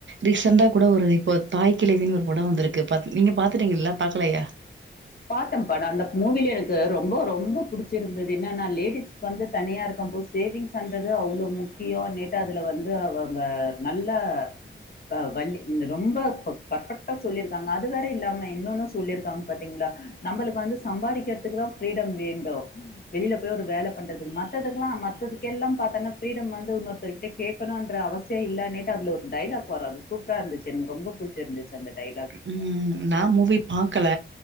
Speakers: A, on the right (about 70°); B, on the left (about 50°).
A: ரீசன்ட்டா கூட ஒரு இப்ப த தாய்க்கிழவின்னு ஒரு பட வந்திருக்கு பாத் நீங்க பாத்துட்டீங்கல்லா பாக்கலையா
B: பாத்தம் பட அந்த மூவில எனக்கு ரொம்ப ரொம்ப புடிச்சிருந்தது என்னன்னா லேடிஸ் வந்து தனியா இருக்க சப்போஸ் சேவிங்ஸ்ண்றது அவ்வளவு முக்கியோ நேத்து அதுல வந்து அவங்க நல்ல ஆ வள்ளி இந்த ரொம்ப ப பர்பெக்டா சொல்லிருக்காங்க அது வேற இல்லாம இன்னொன்னு சொல்லியிருக்காங்க பத் த்திங்களா நம்மளுக்கு வந்து சம்பாறிக்கிறதுக்கு தா பிரீடம் வேண்டும் வெளியில போய் ஒரு வேலை பண்றது மத்த <unintelligible> மத்ததுக்கெல்லா பாத்தன்னா ப்ரீடம் வந்து இன்னொருத்தர் கிட்ட கேக்கணுன்ற அவசிய இல்ல அதுல ஒரு டைலாக் போற அது சூப்பரா இருந்துச்சு எனக்கு ரொம்ப புடிச்சிருந்துச்சு அந்த டை
A: ம் நா மூவி பாக்கல